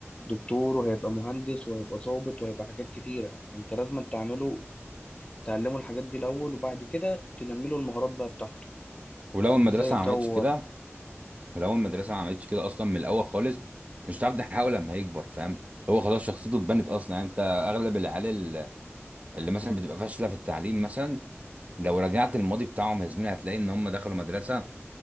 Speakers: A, on the left (about 20°); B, on the right (about 30°).
A: دكتور وهيبقى مهندس وهيبقى ضابط وهيبقى حاجات كتيرة انت لازم تعمله تعلمه الحاجات دي الأول وبعد كده تنمله المهارات بقى بتاعته
B: ولو المدرسة
A: ازاي يطور
B: ما عملتش كده ولو المدرسة ما عملتش كده أصلا من الأول خالص مش هتعرف تحققه لما يكبر فاهم هو خلاص شخصيته اتبنت أصلا يعني أنت أغلب العيال ال- اللي مثلا بتبقى فاشلة في التعليم مثلا لو رجعت الماضي بتاعهم يا زميلي هتلاقي إن هم دخلوا مدرسة